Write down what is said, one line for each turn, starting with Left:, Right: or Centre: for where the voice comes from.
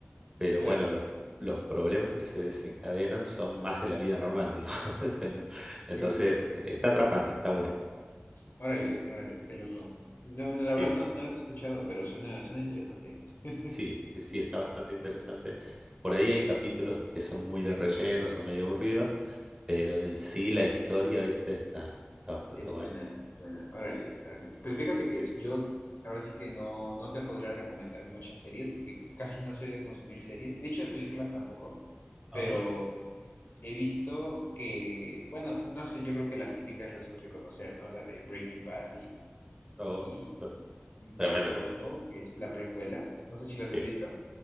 Right: pero
Left: claro.
Right: bueno, los, los problemas que se desencadenan son más de la vida normal, digamos, <laughs> ¿entendés? Entonces
Left: Sí, sí, sí.
Right: está atrapante, está bueno.
Left: Órales, órales, qué loco. No, no, la verdad
Right: Sí,
Left: no, no lo he escuchado, pero suena, suena interesante. <laughs>
Right: sí, sí, sí, está bastante interesante. Por ahí hay capítulos que son muy de relleno, son medio aburridos, pero en sí la historia, viste, está, está bastante
Left: Es
Right: buena.
Left: buena, es buena. Órales, órales. Pues fíjate que
Right: Sí.
Left: yo ahora sí que no, no te podría recomendar muchas series porque casi no soy de consumir series y de hecho de películas tampoco,
Right: Ajá.
Left: pero He visto que, bueno, no sé, yo creo que las típicas las has de conocer, ¿no? La de Breaking Bad y,
Right: Oh,
Left: y
Right: oh,
Left: Better
Right: tremenda
Left: Call
Right: serie.
Left: Saul, que es la precuela. No sé si las
Right: Sí,
Left: has visto.